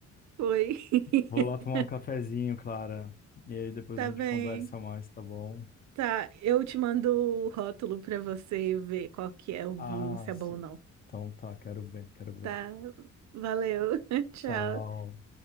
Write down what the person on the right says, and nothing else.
foi. <laughs>
Tá
bem.
Tá, eu te mando o rótulo pra você ver qual que é o
vinho, se é
bom ou não.
Tá. Valeu. <laughs> Tchau.